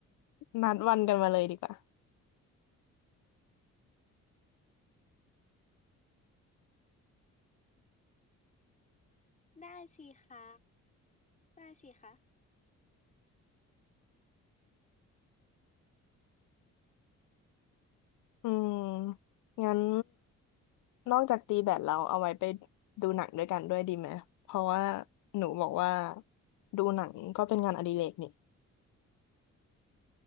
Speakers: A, on the left; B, on the left.
A: นัดวันกันมาเลยดีกว่า
B: ได้สิคะได้สิคะ
A: อืมงั้นนอกจากตีแบดเราเอาไว้ไปดูหนังด้วยกันด้วยดีไหมเพราะว่าหนูบอกว่าดูหนังก็เป็นงานอดิเรกนี่